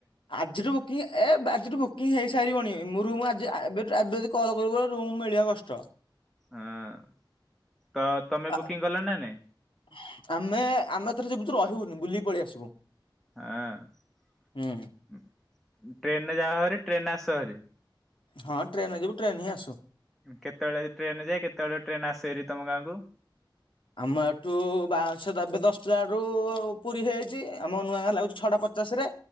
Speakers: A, on the left; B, in the centre.
A: ଆଜିର ବୁକିଂ ଏ ଆଜିଠୁ ବୁକିଂ ହେଇସାରିବନି ମୁଁ ରୁମ୍ ଏବେ ଏବେ ଯଦି କଲ୍ କରିବୁ ରୁମ ମିଳିବା କଷ୍ଟ।
B: ହଁ। ତ ତମେ
A: ଆ-ଆମେ
B: ବୁକିଂ କଲ ନା ନାଇଁ
A: ଆମେ ଥରେ ଯେ <unintelligible> ରହିବୁନି ବୁଲୀ ପଳେଇ ଆସିବୁ।
B: ହଁ
A: ହୁଁ
B: ଟ୍ରେନରେ ଯାହା ହରି ଟ୍ରେନରେ ଆସ ହରି।
A: ହଁ ଟ୍ରେନ ଯିବୁ ଟ୍ରେନ୍ ହିଁ ଆସୁ।
B: କେତେବେଳେ ଟ୍ରେନ ଯାଏ କେତେବେଳେ ଟ୍ରେନ ଆସେହେରି ତମ ଗାଁକୁ?
A: ଆମ ଏଠୁ ବାଁଶ ତ ଏବେ ଦଶଟାୁ ପୁରୀ ହେଇଯାଇଛି ଆମ ନୂଆଖ ଲାଗୁଛି ଛଟା ପଚା ପଚାଶରେ